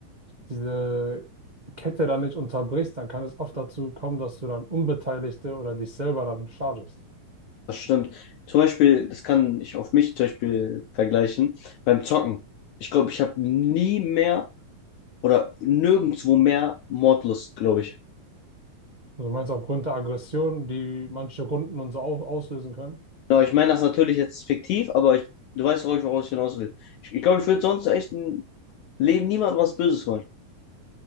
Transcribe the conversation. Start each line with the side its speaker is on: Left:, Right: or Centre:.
Right: diese Kette dann nicht unterbrichst, dann kann es oft dazu kommen, dass du dann Unbeteiligte oder dich selber dann schadest.
Left: Das stimmt. Zum Beispiel, das kann ich auf mich zum Beispiel vergleichen, beim Zocken. Ich glaube, ich habe nie mehr oder nirgendwo mehr Mordlust, glaube ich.
Right: Also du meinst aufgrund der Aggression, die manche Runden und so au- auslösen können?
Left: Ja, ich meine das natürlich jetzt fiktiv, aber ich, du weißt, worauf ich worauf ich hinaus will. Ich, ich glaube, ich würde sonst echt im Leben niemandem was Böses wollen.